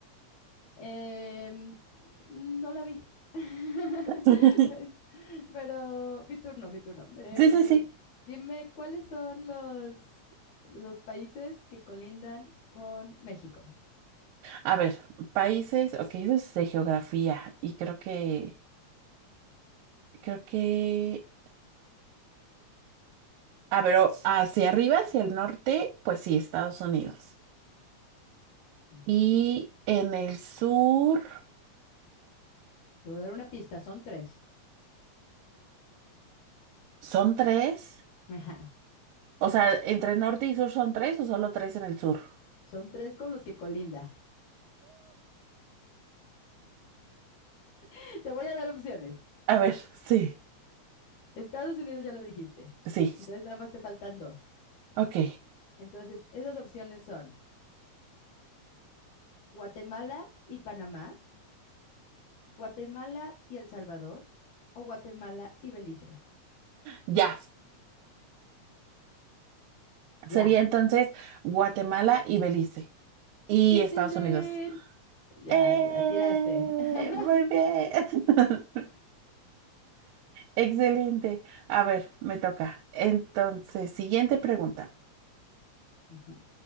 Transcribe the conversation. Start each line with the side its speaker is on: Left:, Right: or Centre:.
Left: Em, no la vi. <laughs>
Right: <laughs>
Left: Pero mi turno, mi turno. Eh,
Right: Sí, sí, sí.
Left: dime cuáles son los, los países que colindan con México.
Right: A ver, países, ok, eso es de geografía y creo que, creo que, a ver, o- hacia arriba, hacia el norte, pues sí, Estados Unidos.
Left: Mm.
Right: Y en el sur
Left: Te voy a dar una pista, son tres.
Right: son tres.
Left: Ajá.
Right: O sea, entre norte y sur son tres o solo tres en el sur.
Left: Son tres con los que colinda. <laughs> Te voy a dar opciones.
Right: A ver, <laughs> sí,
Left: Estados Unidos ya lo dijiste.
Right: sí.
Left: Entonces nada más te faltan dos.
Right: Ok,
Left: Entonces, esas opciones son Guatemala y Panamá, Guatemala y El Salvador o Guatemala y Belice.
Right: ya.
Left: Ya.
Right: Sería entonces Guatemala y Belice y
Left: ¡Tin,
Right: Estados
Left: tin, tin!
Right: Unidos.
Left: Ya
Right: ¡Eh!
Left: la atinaste. <laughs>
Right: Muy bien. <laughs> Excelente. A ver, me toca. Entonces, siguiente pregunta.
Left: Ujú.